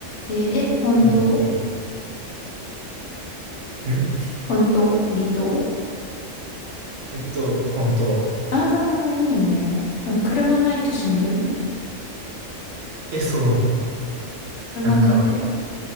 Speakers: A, on the left (about 70°); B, on the right (about 80°).
A: え、え、本当
B: うん。綺麗。ん
A: 本当離島
B: えっと、本当。
A: ああ、いいね。でも車ないとしんどいよね。
B: え、そう。なんか、
A: 車持ってた。